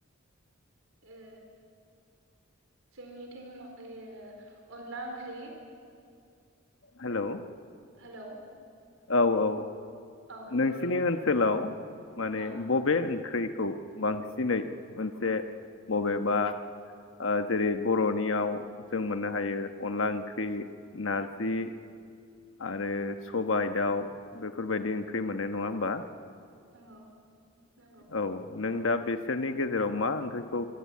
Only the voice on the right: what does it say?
ओ जोंनिथिं ओ अनला ओंख्रि
हेलौ-
औ
खोनादों
औ
औ। नंगौ